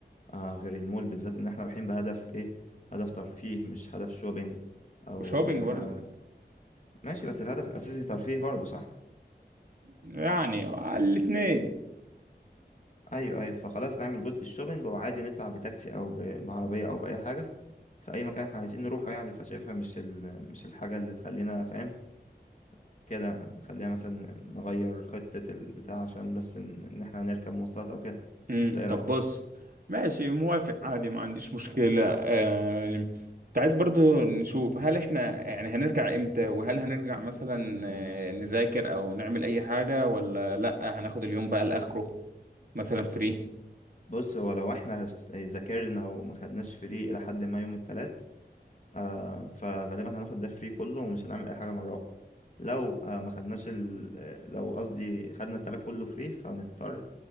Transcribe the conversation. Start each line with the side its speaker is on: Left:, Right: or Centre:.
Left: آه غير المول بالذات ان احنا رايحين بهدف ايه هدف ترفيه مش هدف شوبينج او
Right: وشوبينج
Left: ان احنا
Right: برضه
Left: ماشي بس الهدف الاساسي ترفيه برضه صح
Right: يعني الاتنين
Left: ايوه ايوه فخلاص نعمل جزء الشوبينج وعادي نطلع بتاكسي او ب- بعربيه او باي حاجه في اي مكان احنا عايزين نروحه يعني فشايفها مش ال... مش الحاجه اللي تخلينا فاهم كده نخليها مثلا نغير خطه البتاع عشان بس ان إن احنا هنركب مواصلات او كده
Right: امم
Left: ده ايه رايك
Right: طب بص ماشي موافق عادي ما عنديش مشكلة آه، انت عايز برضو نشوف هل احنا يعني هنرجع امتى وهل هنرجع مثلا آه، نذاكر او نعمل اي حاجة ولا لا هناخد اليوم بقى لاخره مثلا فري
Left: بص هو لو احنا ذاكرنا وما خدناش فري الى حد ما يوم التلات آه فغالبا هناخد ده فري كله ومش هنعمل اي حاجه مره رابعه. لو آه ما خدناش ال... آه، لو قصدي خدنا التلات كله فري فهنضطر